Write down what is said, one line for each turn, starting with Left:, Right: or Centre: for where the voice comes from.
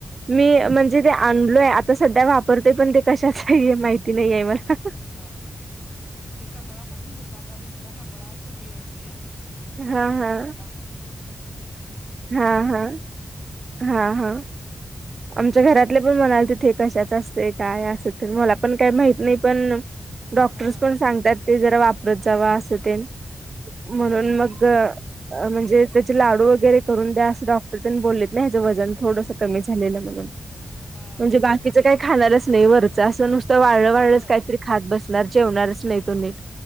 Right: मी म्हणजे ते आणलोय आता सध्या वापरतोय पण ते कशाच आहे माहिती नाही
Left: हा
Right: आहे मला
Left: माहित नाही हा हा ते कमळापासून दुकानदार म्हटला कमळाचं बि आहे ते आणि
Right: हा हा
Left: चांगलं असतंय पौष्टिक तब्येतीला
Right: हा
Left: आपल्या
Right: हा...
Left: हम्म
Right: हा हा आमच्या घरातले पण म्हणालते ते कशाच असतय काय असं तर मला पण काही माहित नाही पण डॉक्टर्स
Left: हा
Right: पण सांगतात ते जरा वापरत जावा असं तेन म्हणून
Left: हा
Right: मग म्हणजे त्याचे लाडू वगैरे करून द्या असं डॉक्टर त्यांनी बोललेत हेज वजन थोडस कमी झालेलं म्हणून...
Left: हा
Right: म्हणजे बाकीच काही खाणारच नाही वरचं असं नुसतं वाळलं, वाळच
Left: होय
Right: काहीतरी खात बसणार जेवणारच नाही तो नीट